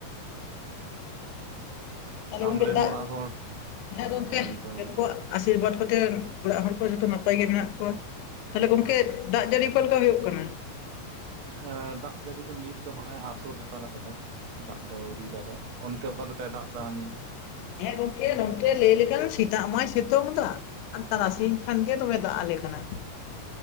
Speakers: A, on the left (about 85°); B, on the right (about 65°).
A: ᱛᱟᱦᱚᱞᱮ ᱜᱚᱢᱠᱮ
B: ᱟᱢᱨᱮᱱ
A: ᱫᱟᱜ
B: ᱚᱲᱟᱜ ᱦᱚᱲ
A: ᱦᱮᱸ ᱜᱚᱢᱠᱮ
B: ᱢᱮᱱᱫᱟᱹᱧ
A: ᱮᱯᱚᱨ, ᱟᱥᱤᱨᱵᱟᱫᱽ ᱠᱚ ᱛᱮ ᱚᱲᱟᱜ ᱦᱚᱲ ᱠᱚ ᱡᱷᱚᱛᱚ ᱱᱟᱯᱟᱭ ᱜᱮ ᱢᱮᱱᱟᱜ ᱠᱚᱣᱟ, ᱛᱟᱦᱞᱮ ᱜᱚᱝᱠᱮ
B: ᱟᱪᱪᱷᱟ ᱟᱪᱪᱷᱟ
A: ᱫᱟᱜ ᱡᱟᱹᱲᱤ ᱚᱠᱟ ᱞᱮᱠᱟ ᱦᱩᱭᱩᱜ ᱠᱟᱱᱟ?
B: ᱦᱮᱸ ᱫᱟᱜ ᱡᱟᱹᱲᱤ ᱫᱚ ᱱᱤᱛ ᱫᱚ ᱦᱚᱜ-ᱮ ᱟᱥᱳᱲ ᱦᱟᱛᱟᱲ ᱟᱠᱟᱫᱟ ᱾ ᱫᱟᱜ ᱫᱚ ᱟᱹᱣᱨᱤ ᱫᱟᱜᱟᱭ, ᱚᱱᱛᱮ ᱚᱠᱟ ᱞᱮᱠᱟᱭ ᱫᱟᱜ ᱫᱟ ᱱᱤᱛ?
A: ᱦᱮᱸ ᱜᱚᱝᱠᱮ ᱱᱚᱛᱮ ᱞᱟᱹᱭ ᱞᱮᱠᱷᱟᱱ ᱥᱮᱛᱟᱜ ᱢᱟᱭ ᱥᱤᱛᱳᱝ ᱫᱟ, ᱟᱨ ᱛᱟᱨᱟᱥᱤᱧ ᱠᱷᱟᱱ ᱜᱮ ᱫᱚᱢᱮ ᱫᱟᱜ ᱟᱞᱮ ᱠᱟᱱᱟᱭ ᱾